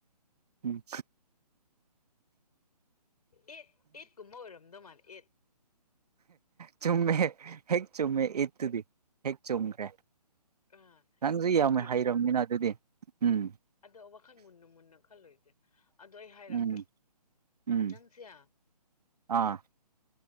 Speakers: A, on the right (about 70°); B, on the left (about 65°).
A: ꯎꯝ
B: ꯑꯦꯠ ꯑꯦꯠ ꯀꯨꯝꯕ ꯑꯣꯏꯔꯝꯗꯧ ꯃꯥꯜꯂꯦ ꯑꯦꯠ
A: ꯆꯨꯝꯃꯦ ꯍꯦ ꯍ‌ꯦꯛ ꯑꯦꯠꯇꯨꯗꯤ ꯑꯦꯠ ꯆꯨꯝꯒꯔ‌ꯦ
B: ꯑꯥ
A: ꯅꯪꯁꯨ
B: ꯑꯦꯠꯇꯤ
A: ꯌꯥꯝꯃꯦ
B: ꯑꯦꯠ
A: ꯍꯩꯔꯃ‌ꯦꯅꯥ ꯑꯗꯨꯗꯤ ꯎꯝ
B: ꯑꯗꯣ ꯋꯥꯈꯜ ꯃꯨꯟꯅ ꯃꯨꯟꯅ ꯈꯜꯂꯣꯏꯁꯦ ꯑꯗꯣ ꯑꯩ ꯍꯥꯏꯔꯛꯀꯦ
A: ꯎꯝ ꯎꯝ
B: ꯅꯪꯁꯦ ꯑ
A: ꯑꯥ